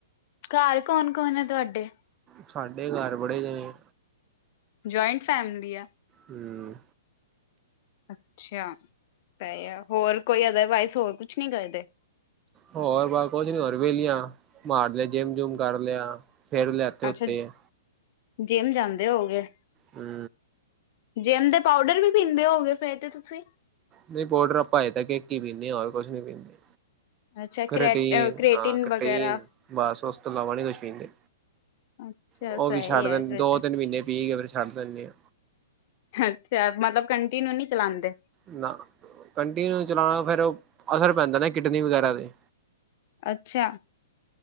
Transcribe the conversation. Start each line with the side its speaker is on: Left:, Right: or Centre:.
Left: ਘਰ ਕੌਣ- ਕੌਣ ਆ ਤੁਹਾਡੇ?
Right: ਸਾਡੇ ਘਰ ਬੜੇ ਜਾਣੇ।
Left: ਜੁਆਇੰਟ ਫੈਮਿਲੀ ਆ?
Right: ਹੂੰ।
Left: ਅੱਛਾ, ਤਾਂ ਹੋਰ ਕੋਈ ਅਦਰਵਾਈਜ਼ ਹੋਰ ਕੁਛ ਨੀ ਕਰਦੇ?
Right: ਹੋਰ ਬਸ ਕੁਛ ਨੀ, ਹੋਰ ਵੇਲੀਆਂ ਮਾਰ ਲਿਆ, ਜਿੰਮ- ਜੂਮ ਕਰ ਲਿਆ,। ਫਿਰ ਲਿਆ। ਇੱਥੇ ਉੱਤੇ
Left: ਅੱਛਾ ਜਿੰਮ ਜਾਂਦੇ ਹੋ ਗਏ?
Right: ਹੂੰ।
Left: ਜਿਮ ਦੇ ਪਾਊਡਰ ਵੀ ਪੀਂਦੇ ਹੋ ਗਏ ਫਿਰ ਤੇ ਤੁਸੀਂ?
Right: ਨਹੀਂ ਪੋਡਰ ਆਪਾਂ ਅਜੇ ਤੱਕ ਇਕ ਹੀ ਪੀਂਦੇਆ, ਹੋਰ ਕੁਛ ਨੀ ਪੀਂਦੇ।
Left: ਅੱਛਾ
Right: ਘਰਟੀਨ
Left: ਕਰੈ ਕਰੇਟਿਨ
Right: ਆ ਘਰਟੀਨ
Left: ਵਗੈਰਾ
Right: ਬਸ ਓਸ ਤੋਂ ਇਲਾਵਾਂ ਨੀ ਕੁਛ ਪੀਂਦੇ।
Left: ਅੱਛਾ
Right: ਓ
Left: ਸਹੀ
Right: ਵੀ ਛੱਡ
Left: ਹੈ
Right: ਦੇਣ
Left: ਫਿਰ
Right: ਦੋ-ਤਿੰਨ
Left: ਤੇ
Right: ਮੀਨੇ ਪੀ ਕੇ ਫਿਰ ਛੱਡ ਦੇਣਗੇ।
Left: ਅੱਛਾ ਮਤਲਬ ਕੰਟੀਨਿਊ ਨੀ ਚਲਾਂਦੇ।
Right: ਨਾ ਕੰਟੀਨਿਊ ਚਲਾਣ ਫਿਰ ਅਸਰ ਪੈਂਦਾ ਨਾ ਕਿਡਨੀ ਵਗੈਰਾ ਤੇ
Left: ਅੱਛਾ।